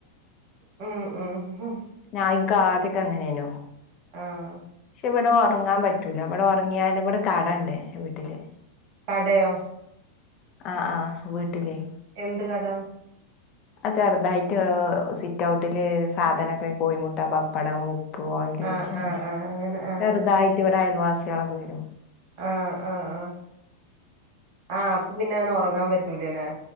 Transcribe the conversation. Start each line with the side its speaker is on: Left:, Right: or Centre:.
Right: ഹ്മ്മ് ഇഹ്
Left: ഞ, ഇന്ക്കാധ്യെക്കെ അങ്ങനെനു <inaudible>
Right: ആഹ്
Left: ശെ ഇവടെ ഒ ഒറങ്ങാൻ പറ്റൂല. ഇവിടെ ഒറങ്ങിയാലും ഇവിടെ കടണ്ട് വീട്ടില്
Right: കടയോ?
Left: ആ ആഹ് വീട്ടില്.
Right: എന്ത് കട
Left: അ ചെറുതായിട്ട് സിറ്റ് ഔട്ടില് സാധനൊക്കെ കോഴിമുട്ട വപ്പടം ഉ ഓയല്
Right: ആഹ്
Left: വെളിച്ചെണ്ണ
Right: ആഹ് ആഹ് അങ്ങനെ ആഹ്
Left: ചെർതായിട്ട് ഇവടെ അയൽവാസ ഇച്ചിയാളൊക്കെ വരും
Right: ആ ആ ആ ആ അപ്പൊ പിന്നെ അങ്ങനെ ഒറങ്ങാൻ പറ്റൂലല്ലേ